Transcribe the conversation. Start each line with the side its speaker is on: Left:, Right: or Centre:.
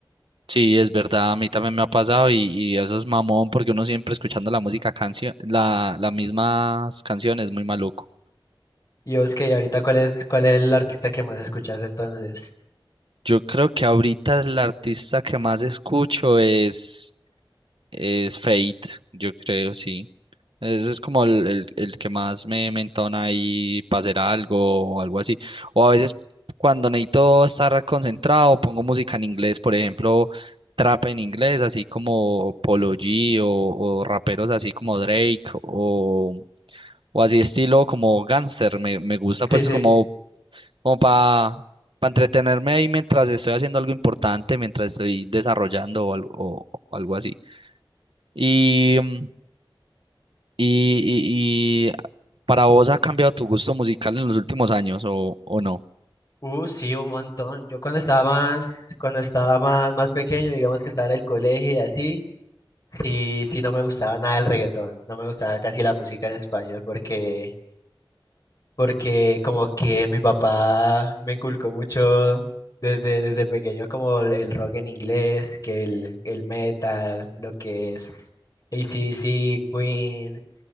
Right: Sí, es verdad, a mí también me ha pasado y, y eso es mamón porque uno siempre escuchando la música canción, la, las mismas canciones, muy maluco.
Left: Y vos que ahorita cuál es, cuál es el artista que más escuchas entonces.
Right: Yo creo que ahorita el artista que más escucho es, es Fate, yo creo, sí. Ese es como el, el, el que más me, me entona ahí para hacer algo o algo así. O a veces cuando necesito estar concentrado, pongo música en inglés, por ejemplo, trap en inglés, así como Polo G o, o raperos así como Drake o, o así estilo como Gangster. Me, me gusta
Left: Sí,
Right: pues
Left: sí.
Right: como, como para entretenerme ahí mientras estoy haciendo algo importante, mientras estoy desarrollando o algo, o o algo así. Y, mm, y, y, y para vos ha cambiado tu gusto musical en los últimos años o, o no?
Left: Uh, sí, un montón. Yo cuando estaba más, cuando estaba más, más pequeño, digamos que estaba en el colegio y así, sí, sí no me gustaba nada el reggaetón. No me gustaba casi la música en español porque porque como que mi papá me inculcó mucho desde, desde pequeño como el, el rock en inglés, que el, el metal, lo que es AC/DC, Queen,